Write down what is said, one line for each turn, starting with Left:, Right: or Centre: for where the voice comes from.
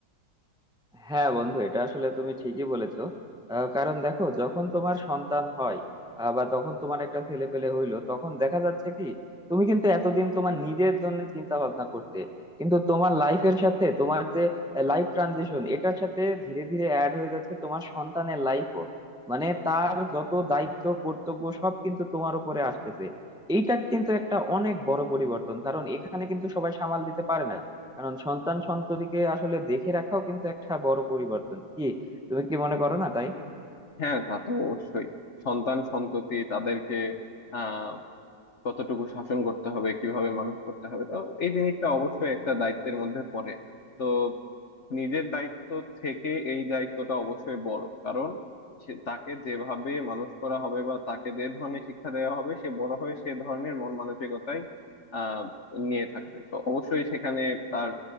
Centre: হ্যাঁ বন্ধু এটা আসলে তুমি ঠিকই বলেছো আহ, কারণ দেখো যখন তোমার সন্তান হয় আহ, বা তখন তোমার একটা ছেলে পেলে হইলো তখন দেখা যাচ্ছে কি তুমি কিন্তু এতদিন তোমার নিজের জন্য চিন্তা ভাবনা করতে কিন্তু তোমার লাইফের সাথে তোমার যে লাইফ ট্রানজিশন এটার সাথে ধীরে ধীরে অ্যাড হয়ে যাচ্ছে তোমার সন্তানের লাইফও মানে তার যত দায়িত্ব কর্তব্য সব কিন্তু তোমার উপরে আসতেছে এইটা কিন্তু একটা অনেক বড় পরিবর্তন কারণ এখানে কিন্তু সবাই সামাল দিতে পারে না কারণ সন্তান সন্ততিকে আসলে দেখে রাখাও কিন্তু একটা বড় পরিবর্তন কি তুমি কি মনে করো না তাই
Left: হ্যাঁ তা তো অবশ্যই সন্তান সন্ততি তাদেরকে আহ কতটুকু শাসন করতে হবে কিভাবে মানুষ করতে হবে তো এই জিনিসটা অবশ্যই একটা দায়িত্বের মধ্যে পড়ে তো নিজের দায়িত্ব থেকে এই দায়িত্বটা অবশ্যই বড় কারণ সে তাকে যেভাবে মানুষ করা হবে বা তাকে যে ধরনের শিক্ষা দেওয়া হবে সে বড় হয়ে সে ধরনের মন মানসিকতাই আহ নিয়ে থাকবে তো অবশ্যই সেখানে তার